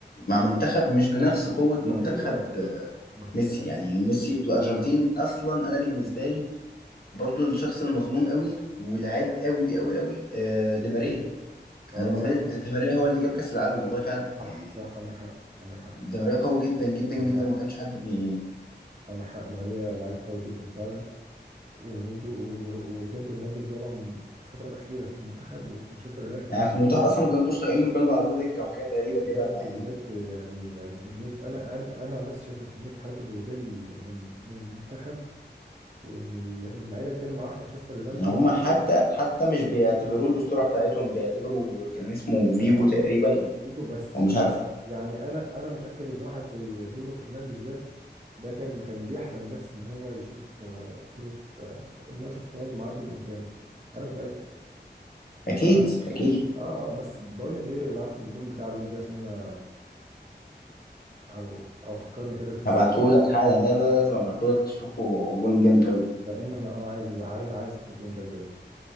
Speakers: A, on the left (about 55°); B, on the right (about 40°).
A: مع منتخب مش بنفس قوه منتخب
B: ايوه
A: آه،
B: ما انت
A: ميسي
B: اه
A: يعني ميسي في الارجنتين اصلا انا بالنسبه لي برضه الشخص المظلوم قوي واللعيب قوي قوي قوي آه، دي ماريا
B: آه،
A: انا بالنسبه لي دي ماريا هو اللي جاب كاس العالم والله فعلا
B: صح
A: يعني
B: صح عندك حق عندك حق
A: دي ماريا قوي جدا جدا جدا
B: عندك حق
A: وما كانش حد بي...
B: عندك حق دي ماريا لعيب قوي جدا فعلا ورونالدو و- و- وبجد رونالدو اتظلم في الفتره الاخيره في المنتخب وفي مانشستر يونايتد
A: يعني في
B: لما
A: المنتخب
B: رجع
A: اصلا
B: تاني
A: ما كانوش طايقينه وكانوا بعض دكه وحاجات غريبه
B: بجد
A: كده ما يعني
B: بجد يعني يعني كميه انا انا انا عن نفسي شايفها كميه حقد وغل من من المنتخب ومن ال- ومن اللعيبه اللي كانوا معاه في مانشستر يونايتد
A: ان هم
B: لما
A: حتى
B: رجع
A: حتى مش بيعتبروه الاسطوره بتاعتهم بيعتبروا كان اسمه فيجو
B: يعني
A: تقريبا او
B: رودريجو بس
A: أو مش
B: يعني
A: عارف
B: يعني انا انا متاكد ان واحد زي برونو فرنانديز ده ده كان كان بيحلم بس ان هو يشوف آه، صوره آه، ان هو يشوف رونالدو معدي من قدامه انا متاكد ف
A: اكيد
B: اه
A: اكيد
B: اه بس بقول لك ايه ابعت لي الجون بتاع بيل ده عشان انا او او فكرني كده اشوفه
A: هبعته
B: فين
A: لك حالا لا لا لا، لازم ابعته لك تشوفه جون جامد قوي
B: لان انا اه عايز عايز عايز اشوف الجون ده بجد